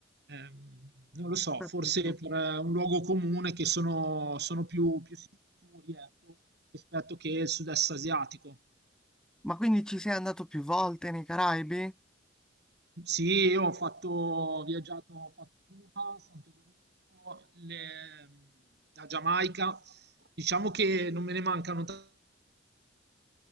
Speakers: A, on the right (about 55°); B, in the centre.
A: Ehm, non lo so,
B: Capito.
A: forse per eh, un luogo comune che sono, sono più, più sicuri, ecco, rispetto che il sud-est asiatico.
B: Ma quindi ci sei andato più volte nei Caraibi?
A: Sì, io ho fatto, ho viaggiato, ho fatto Cuba, Santo Domingo, le- la Giamaica. Diciamo che non me ne mancano tanti